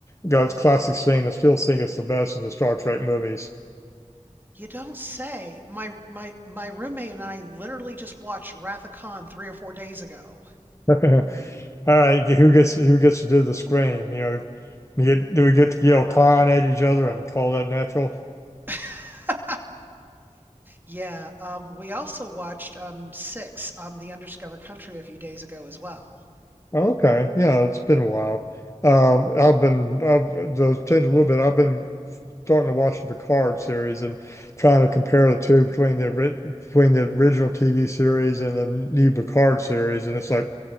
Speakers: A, on the left; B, on the right.
A: got its classic scene. I still think it's the best of the Star Trek movies.
B: you don't say. My my my roommate and I literally just watched Wrath of Khan three or four days ago.
A: <laughs> All right, who gets who gets to do the scream? You know, you get, do we get to yell Khan at each other and call that natural?
B: <laughs> Yeah, um, we also watched um, Six, um, The Undiscovered Country, a few days ago as well.
A: Okay, yeah, it's been a while. Um, I've been I've to change a little bit. I've been starting to watch the Picard series and trying to compare the two between the ori- between the original TV series and the new Picard series, and it's like